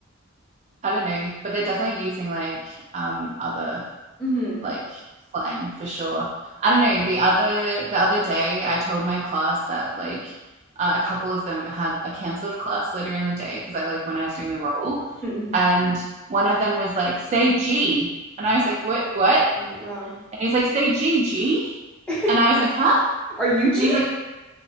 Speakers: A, on the right (about 30°); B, in the centre.
A: I don't know, but they're definitely using like um other
B: hmm
A: like slang for sure. I don't know. The other the other day, I told my class that like uh, a couple of them had a cancelled class later in the day because I like when I was doing the role,
B: <laughs>
A: and one of them was like, "Say G," and I was like, "What?
B: Oh,
A: What?"
B: oh, wow.
A: And he's like, "Say G, G,"
B: <laughs>
A: and I was like, "Huh?"
B: Are you G?
A: And he's like,